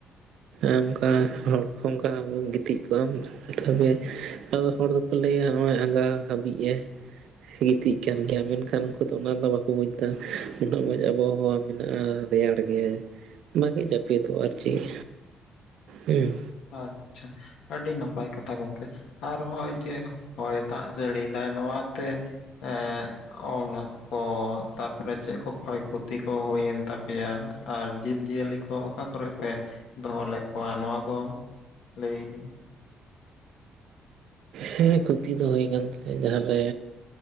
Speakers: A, on the right; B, on the left.
A: ᱚᱱᱠᱟ ᱦᱚᱲ ᱠᱚᱦᱚᱸ ᱚᱱᱠᱟ <unintelligible> ᱜᱤᱛᱤᱡ ᱠᱚᱜ ᱟᱢ ᱛᱚᱵᱮ ᱟᱫᱚ ᱦᱚᱲ ᱫᱚᱠᱚ ᱞᱟᱹᱭᱟ ᱱᱚᱜ ᱚᱭ ᱟᱸᱜᱟ ᱦᱟᱹᱵᱤᱡ ᱮ ᱜᱤᱛᱤᱡ ᱠᱟᱱ ᱜᱮᱭᱟ ᱢᱮᱱᱠᱷᱟᱱ ᱩᱱᱠᱩ ᱛᱚ ᱚᱱᱟ ᱫᱚ ᱵᱟᱠᱚ ᱵᱩᱡ ᱫᱟ, ᱩᱱᱟᱹᱜ ᱢᱚᱸᱡᱽ ᱟᱵᱚ ᱦᱟᱣᱟ ᱢᱮᱱᱟᱜᱼᱟ᱾ ᱨᱮᱭᱟᱲ ᱜᱮ ᱵᱷᱟᱜᱮ ᱡᱟᱹᱯᱤᱫᱚᱜ ᱟᱨ ᱪᱮᱫ ᱦᱮᱸ
B: ᱟᱪᱪᱷᱟ ᱟᱹᱰᱤ ᱱᱟᱯᱟᱭ ᱠᱟᱛᱷᱟ ᱜᱚᱝᱠᱮ ᱟᱨ ᱦᱚᱸᱜᱼᱚᱭ ᱡᱮ ᱦᱚᱭ ᱫᱟᱜ ᱡᱟᱹᱲᱤᱭ ᱫᱟᱭ ᱱᱚᱣᱟ ᱛᱮ ᱮ ᱚᱞᱟᱜ ᱠᱚ ᱛᱟᱨᱯᱚᱨᱮ ᱪᱮᱫ ᱠᱚ ᱠᱷᱚᱭ ᱠᱷᱚᱛᱤ ᱠᱚ ᱦᱩᱭᱮᱱ ᱛᱟᱯᱮᱭᱟ ᱟᱨ ᱡᱤᱵᱽ ᱡᱤᱭᱟᱹᱞᱤ ᱠᱚ ᱚᱠᱟ ᱠᱚᱨᱮ ᱯᱮ ᱫᱚᱦᱚ ᱞᱮᱫ ᱠᱚᱣᱟ ᱱᱚᱣᱟ ᱠᱚ ᱞᱟᱹᱭ
A: ᱦᱮᱸ ᱠᱷᱚᱛᱤ ᱫᱚ ᱦᱩᱭ ᱟᱠᱟᱱ ᱛᱟᱞᱮᱭᱟ ᱡᱟᱸᱦᱟᱨᱮ